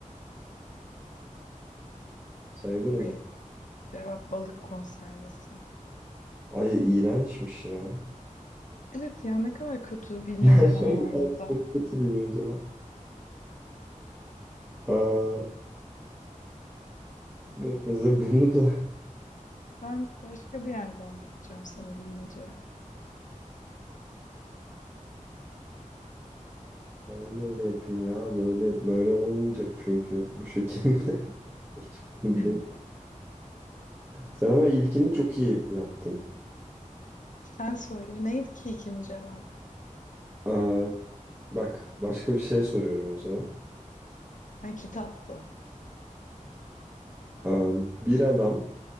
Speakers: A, on the right; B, on the left.
A: sayılır mı?
B: Hayır. Cevap balık konservesi.
A: Ay iğrençmiş ya.
B: Evet ya ne kadar kötü bilmeceler
A: Gerçekten
B: var burada.
A: <laughs> çok kötü bilmeceler. Aa, be- mesela bunu da
B: Ben başka bir yerden bakacağım sana bilmeceye.
A: <laughs> ben de öyle yapayım ya. Böyle böyle olmayacak çünkü bu şekilde <laughs> hiçbirini bilemiyorum.
B: <laughs>
A: Sen ama ilkini çok iyi yaptın.
B: Sen söyle. Neydi ki ikinci cevabı?
A: Aa, bak başka bir şey soruyorum o zaman.
B: Ha, kitaptı.
A: Aa, bir adam